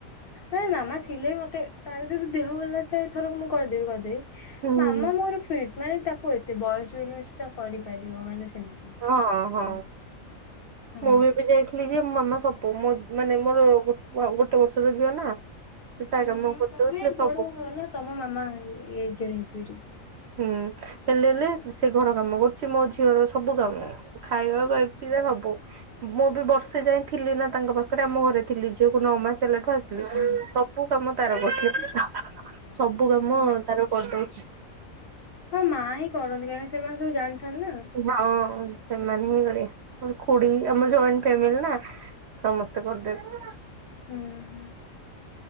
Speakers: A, on the left (about 50°); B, on the right (about 65°).
A: ନାଇଁ ମାମା ଥିଲେ ମତେ ତାର ଯଦି ଦେହ ଭଲ ଥାଏ ଥରକ ମୁଁ କରିଦେବି କରିଦେବି।
B: ହୁଁ
A: ମାମା ମୋର ଫିଟ ମାନେ ତାକୁ ଏତେ ବୟସ ବି ତା କରିପାରିବ ମାନେ ସେମିତି
B: ହଁ ହଁ
A: ତ ହଁ
B: ମୁଁ ଏବେ ଯାଇଥିଲି। ଯେ ମୋ ମାମା ସବୁ ମୋ ମାନେ ମୋର ଗୋଟେ ବର୍ଷର ଝିଅ ନା। ସେ ତା
A: ହୁଁ
B: କାମ
A: ହୁଁ
B: କରିଦଉଥିଲେ
A: ତମେ
B: ସବୁ।
A: ବଡ ନା ତମ ମାମା ଏଯେଡ ହେଇଥିବେ <inaudible>
B: ହୁଁ ହେଲେ ହେଲେ ସେ ଘର କାମ କରୁଛି ମୋ ଝିଅର ସବୁ କାମ ଖାଇବା କରିିରେ ସବୁ ମୁଁ ବି ବର୍ଷେ ଯାଏ ଥିଲି ନା ତାଙ୍କ ପାଖରେ ଆମ ଘରେ ଥିଲି ଝିଅକୁ ନଅ ମାସ ହେଲାଠୁ ଆସିଲି।
A: ହୁଁ।
B: ସବୁ କାମ ତାର କର ସବୁ କାମ
A: ଓ
B: ତାର କରିଦଉଛି।
A: ହଁ ମା ହିଁ କରନ୍ତି କାହିଁକିନା ସେମାନେ ସବୁ ଜାଣିଥାନ୍ତି ନା?
B: ହଁ ସେମାନେ ହଁ କରିବେ ଖୁଡି ଆମର ଜଏଣ୍ଟ ଫାମିଲି ନା? ସମସ୍ତେ କରିଦେବେ।
A: ହୁଁ ହୁଁ।